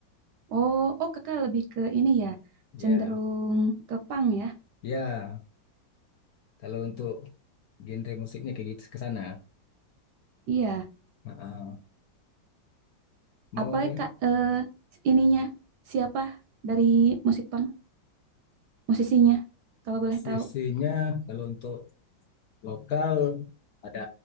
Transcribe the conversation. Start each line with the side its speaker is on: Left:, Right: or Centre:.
Right: oh, oh kakak lebih ke ini ya,
Left: Ya,
Right: cenderung ke punk ya?
Left: ya. Kalau untuk genre musiknya kayak gitu ke sana.
Right: Iya.
Left: Heeh. Mau
Right: Apa
Left: eh
Right: kak eh, ininya? Siapa dari musik punk? Musisinya, kalau boleh
Left: sisinya
Right: tahu.
Left: kalau untuk lokal ada